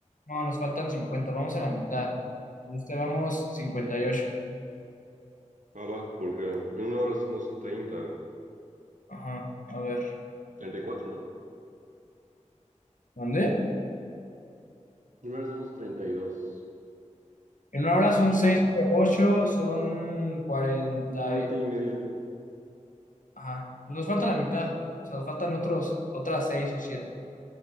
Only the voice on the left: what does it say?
No, nos faltan 50, vamos a la mitad. En este vamos 58.
Ajá, a ver.
¿Dónde?
En una hora son seis
por 8, son 40.
y-
Ajá, nos falta la mitad. O sea, nos faltan otros, otras 6 o 7.